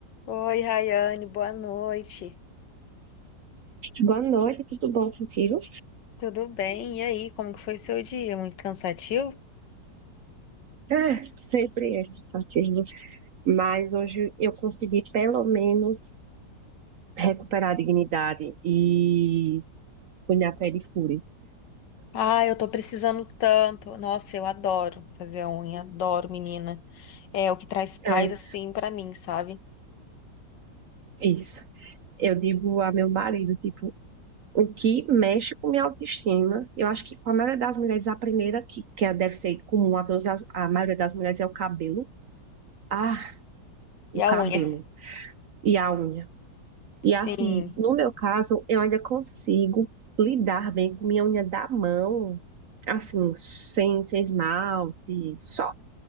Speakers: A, on the left; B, on the right.
A: Oi, Rayane, boa noite.
B: Boa noite, tudo bom contigo?
A: Tudo bem? E aí, como que foi seu dia? Muito cansativo?
B: Ah, sempre é cansativo, mas hoje eu consegui pelo menos recuperar a dignidade e fui na pedicure.
A: Ah, eu tô precisando tanto. Nossa, eu adoro fazer a unha, adoro, menina. É o que traz paz
B: É,
A: assim pra mim, sabe?
B: isso. Eu digo a meu marido, tipo, o que mexe com minha autoestima, eu acho que com a maioria das mulheres, a primeira que, que é, deve ser comum a todas as, a maioria das mulheres é o cabelo. Ah, o
A: E
B: cabelo
A: a unha?
B: e a unha.
A: Sim.
B: E assim, no meu caso, eu ainda consigo lidar bem com minha unha da mão, assim, sem, sem esmalte, só